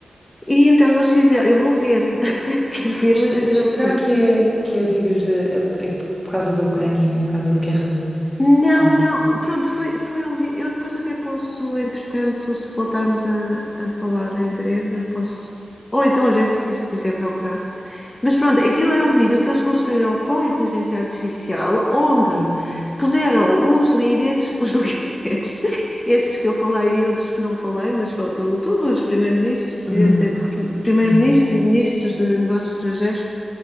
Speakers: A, on the left; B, in the centre.
A: E então eles fizeram, eu vou ver, <laughs> quero ver,
B: Mas,
A: mas
B: se-
A: ainda
B: mas
A: não
B: será
A: vi.
B: que é, que é vídeos de, a- a- por causa da Ucrânia, por causa da guerra do.
A: Não,
B: Oh, não.
A: não, pronto, foi, foi um vídeo. Eu depois até posso, entretanto, se voltarmos a, a falar em breve, eu posso. Ou então a Jéssica, se quiser procurar. Mas pronto, aquilo é um vídeo que eles construíram com inteligência artificial, onde
B: Sim.
A: puseram os líderes, os <laughs> líderes, estes que eu falei e outros que não falei, mas pronto, todos os primeiros-ministros, presidentes,
B: Uhum.
A: primeiros-ministros
B: Sim.
A: e ministros de negócios estrangeiros,